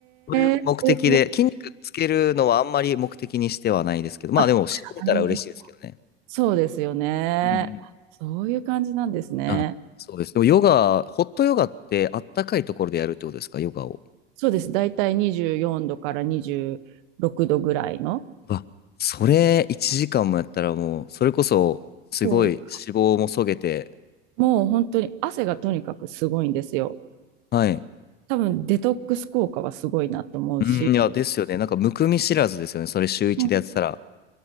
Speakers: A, on the left; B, on the right.
A: そういう目的で、
B: えーすごい。
A: 筋肉つけるのはあんまり目的にしてはないですけど、まあでも、
B: あ、な
A: しびれたら嬉しいですけどね。
B: るほどそうですよね。
A: うんうん
B: そういう感じなんですね。
A: あ、そうです。でも、ヨガ、ホットヨガってあったかいところでやるってことですか、ヨガを。
B: そうです。だいたい24度から26度ぐらいの。
A: うわ、それ1時間もやったらもう、それこそ、すごい脂肪もそげて、
B: そう。もう本当に汗がとにかくすごいんですよ。
A: はい。
B: 多分デトックス効果はすごいなと思うし。
A: うん、いや、ですよね。なんか、むくみ知らずですよね。それ週1でやってたら。
B: うん